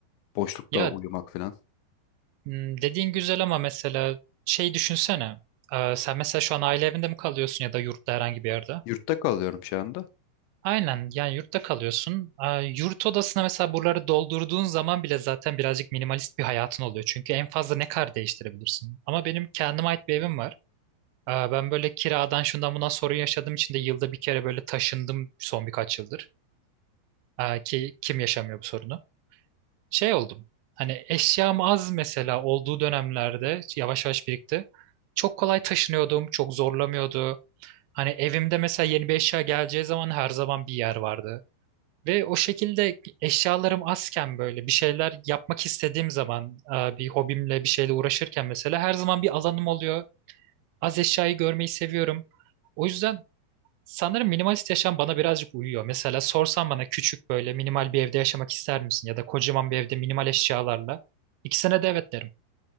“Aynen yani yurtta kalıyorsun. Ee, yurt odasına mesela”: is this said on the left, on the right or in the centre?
Right